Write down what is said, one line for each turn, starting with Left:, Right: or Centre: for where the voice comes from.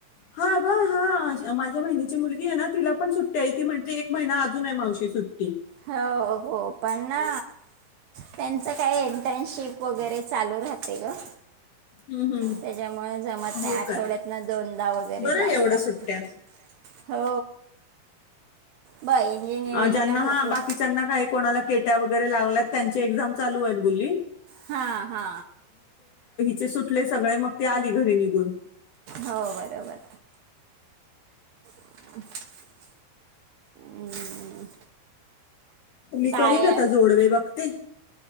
Left: हा ग हा माझ्या बहिणीची मुलगी आहे ना तिला पण सुट्टी आहे ती म्हटली एक महिना अजून मावशी सुट्टी
Right: हो हो पण ना त्यांच काय इंटर्नशिप वगैरे चालू राहते ग
Left: हम्म, हम्म.
Right: त्याच्यामुळं जमत नाही
Left: हो
Right: आठवड्यात
Left: काय
Right: न दोनदा वगैरे
Left: बरं आहे
Right: जावं
Left: एवढं
Right: लागत
Left: सुट्ट्या
Right: हो ब इंजिनिअरिंगला
Left: अं--ज्यांना
Right: भरपूर
Left: हा बाकीच्यांना काय कोणाला केट्या वगैरे लाव त्यांची एक्झाम चालू आहेत बोली
Right: हा. हा.
Left: ते सुटले सगळे मग ते आली घरी निघून
Right: हो बरोबर <unintelligible> <inaudible> हम्म,
Left: मी
Right: काय
Left: करीन आता जोडवे बघते,